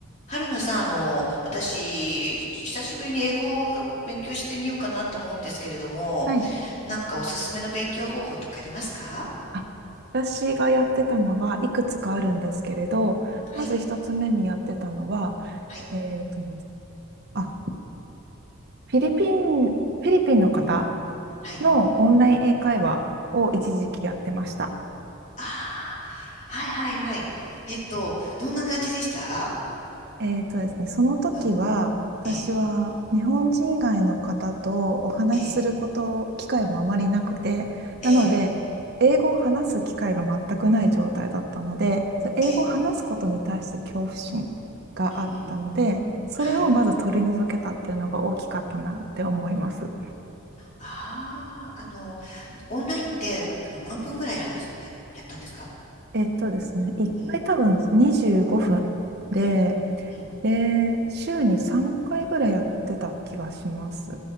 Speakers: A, on the left; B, on the right.
A: 春菜さん、あの、私、久しぶりに英語を勉強してみようかなと思うんですけれども、
B: はい。
A: なんかおすすめの勉強方法とかありますか
B: あ私がやってたのはいくつかあるんですけれど、
A: はい、
B: まず一つ目にやってたのは、
A: はい、
B: えっとですあ、フィリピン、フィリピンの方
A: はい。
B: のオンライン英会話を一時期やってました。
A: ああ、はい、はい、はい。えっと、どんな感じでした
B: えーとですね、その時は、
A: うん、
B: 私は日本人以外の方とお話しすること、
A: ええ、ええ、
B: 機会もあまりなくて、なので、
A: ええ、
B: 英語を話す機会が全くない状態だったので、その英語を話すことに対して恐怖心があったので、
A: ええ、うん、うん、
B: それをまず取り除けたっていうのが大きかったなって思います。
A: はい。ああ、あの、オンラインって、あの、何分ぐらい話す、や、やったんですか
B: えっとですね、1回多分25分で、
A: うん、うん、うん。
B: で、週に3回ぐらいやってた気がします。